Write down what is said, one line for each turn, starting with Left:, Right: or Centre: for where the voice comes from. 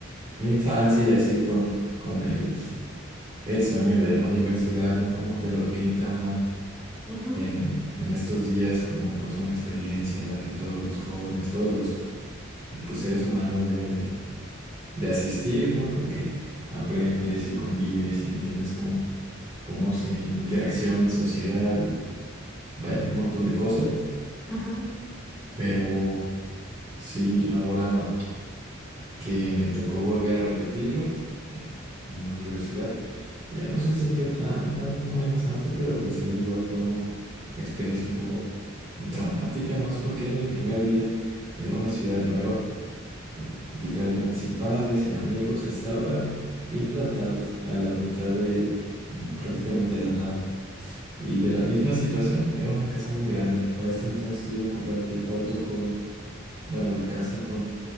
Right: mi infancia y así con, con el, el sueño de la universidad, ¿no? Como te lo pintan más
Centre: ujú,
Right: en, en estos días como pues una experiencia en la que todos los jóvenes, todos los eh, pues, seres humanos deben de de asistir, ¿no? Porque aprendes y convives y entiendes cómo, cómo se interacciona en sociedad, vaya, un montón de cosas,
Centre: ujú,
Right: pero sí, ahora que me tocó volver a repetirlo eh, en la universidad, ya no se sintió tan, tan amenazante, pero pues sí, igual fue una experiencia un poco traumática, más porque era mi primer día en una ciudad nueva.
Centre: ujú.
Right: literalmente sin padres, sin amigos, estaba bien plantado a la mitad de mm, prácticamente la nada. Y de la misma situación, era una casa muy grande. Para este entonces yo compartía cuarto con, bueno, la casa con